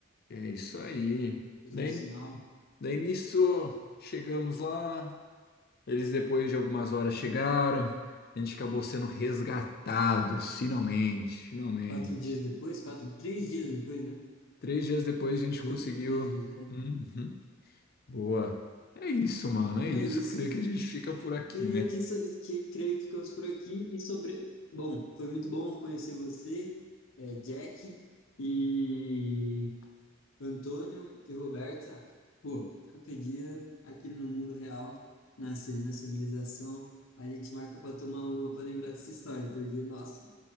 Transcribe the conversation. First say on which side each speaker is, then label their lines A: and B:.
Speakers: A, on the left; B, on the left.
A: é isso aí.
B: fazer
A: Daí,
B: um sinal.
A: daí nisso chegamos lá. Eles depois de algumas horas chegaram. A gente acabou sendo resgatado, finalmente, finalmente.
B: Quatro dias depois, quatro, três dias depois, né?
A: Três dias depois a gente
B: Dois
A: conseguiu.
B: ou três dias, é.
A: Uhum. Boa. É isso, mano. É isso.
B: É isso.
A: Creio que a gente fica por aqui,
B: Creio
A: né?
B: que, so- que, creio que ficamos por aqui. E sobre. Bom, foi muito bom conhecer você, é, Jack, e Antônio e Roberta. Pô, qualquer dia, aqui no mundo real, na, ci- na civilização, a gente marca para tomar uma para lembrar dessa história, porque, nossa,